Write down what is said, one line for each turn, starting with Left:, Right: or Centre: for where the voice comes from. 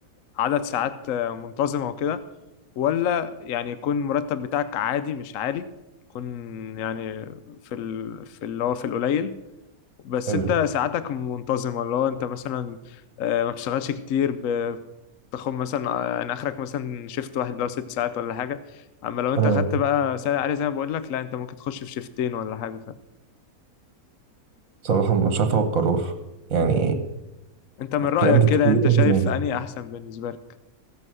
Left: عدد ساعات منتظمة وكده ولا يعني يكون المرتب بتاعك عادي مش عالي يكون يعني في ال... في اللي هو في القليل بس
Right: حلو
Left: انت ساعاتك منتظمة اللي هو انت مثلا آه، ما بتشتغلش كتير ب- تاخد مثلا آه، يعني اخرك مثلا شيفت واحد لو ست ساعات ولا حاجة اما لو انت
Right: انا
Left: خدت بقى ساعة عالية زي ما بقول لك لا انت ممكن تخش في شيفتين ولا حاجة
Right: بصراحه مش عارف اخد قرار يعني
Left: فانت من رأيك
Right: كلام كبير
Left: كده انت
Right: قوي
Left: شايف
Right: في دماغي
Left: انهي احسن بالنسبة لك